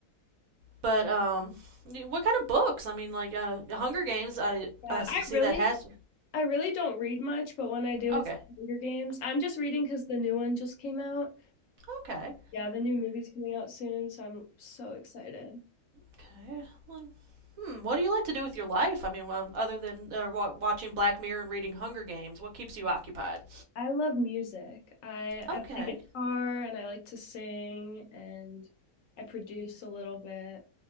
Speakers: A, on the right; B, on the left.
A: But um, what kind of books? I mean, like uh, Hunger Games. I
B: Yeah.
A: I see
B: I really
A: that has.
B: I really don't read much, but when I do,
A: Okay,
B: it's The Hunger Games. I'm just reading because the new one just came out.
A: okay,
B: Yeah, the new movie's coming out soon, so I'm so excited.
A: okay. Well, Hmm. What do you like to do with your life? I mean, um, other than uh, wa- watching Black Mirror and reading Hunger Games, what keeps you occupied?
B: I love music. I
A: Okay,
B: I play guitar and I like to sing and I produce a little bit.